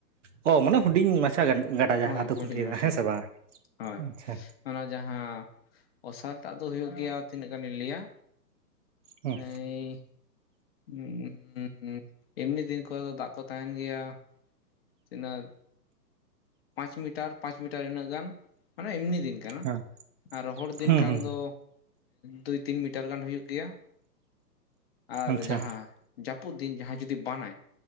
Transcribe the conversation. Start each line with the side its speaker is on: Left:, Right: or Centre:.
Right: ᱳ ᱢᱟᱱᱮ ᱦᱩᱰᱤᱧ ᱢᱟᱪᱷᱟ ᱜᱟᱰᱟ ᱡᱟᱦᱟᱸᱫᱚᱠᱚ
Left: ᱦᱳᱭ ᱦᱩᱰᱤᱧ
Right: ᱞᱟᱹᱭᱫᱟ
Left: ᱢᱟᱪᱷᱟ
Right: ᱦᱮᱸ ᱥᱮ ᱵᱟᱝ,
Left: ᱦᱳᱭ
Right: ᱟᱪᱪᱷᱟ
Left: ᱚᱱᱟ ᱡᱟᱦᱟᱸ ᱚᱥᱟᱨ ᱴᱟᱜ ᱫᱚ ᱦᱩᱭᱩᱜ ᱜᱮᱭᱟ ᱛᱤᱱᱟᱹᱜ ᱜᱟᱱᱤᱧ ᱞᱟᱹᱭᱟ
Right: ᱦᱩᱸ
Left: ᱮᱸᱭᱻ <unintelligible> ᱮᱢᱱᱤ ᱫᱤᱱ ᱠᱚᱨᱮ ᱫᱚ ᱫᱟᱜ ᱠᱚ ᱛᱟᱦᱮᱸᱱ ᱜᱮᱭᱟ ᱛᱤᱱᱟᱹᱜ ᱯᱟᱸᱪ ᱢᱤᱴᱟᱨ ᱯᱟᱸᱪ ᱢᱤᱴᱟᱨ ᱤᱱᱟᱹᱜ ᱜᱟᱱ ᱢᱟᱱᱮ ᱮᱢᱱᱤ ᱫᱤᱱ ᱠᱟᱱᱟ
Right: ᱦᱮᱸ
Left: ᱟᱨ ᱨᱚᱦᱚᱲ ᱫᱤᱱ
Right: ᱦᱩᱸ
Left: ᱠᱟᱱ
Right: ᱦᱩᱸ
Left: ᱫᱚ ᱫᱩᱭ ᱛᱤᱱ ᱢᱤᱴᱟᱨ ᱜᱟᱱ ᱦᱩᱭᱩᱜ ᱜᱮᱭᱟ ᱟᱨ
Right: ᱟᱪᱪᱷᱟ
Left: ᱡᱟᱦᱟᱸ ᱡᱟᱹᱯᱩᱫ ᱫᱤᱱ ᱡᱟᱦᱟᱸ ᱡᱩᱫᱤ ᱵᱟᱱᱟᱭ